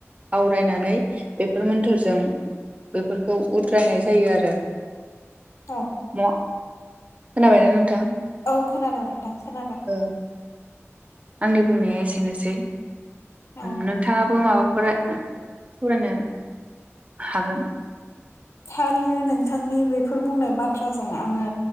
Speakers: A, on the right; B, on the left.
A: आवरायनानै बेफोर मोन्थोरजों बेफोरखौ उद्रायनाय जायो आरो
B: ए
A: म खोनाबायना नोंथां?
B: औ खोनादों नोंथां खोनादों
A: ओ आंनि बुंनाया एसेनोसै
B: औ
A: उम नोंथाङाबो माबाफोर सावरायनो हागोन
B: थारैनो नोंथांनि बेफोर बुंनाय बाथ्राजों आङो